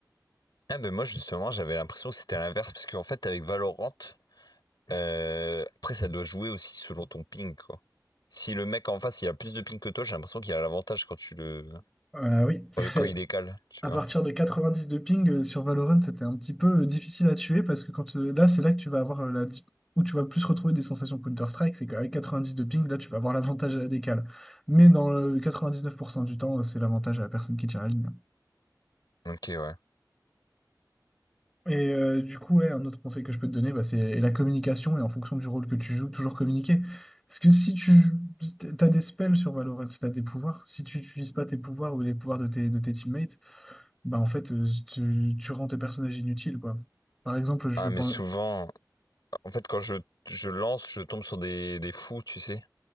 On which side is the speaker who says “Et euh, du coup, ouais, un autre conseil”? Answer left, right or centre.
Centre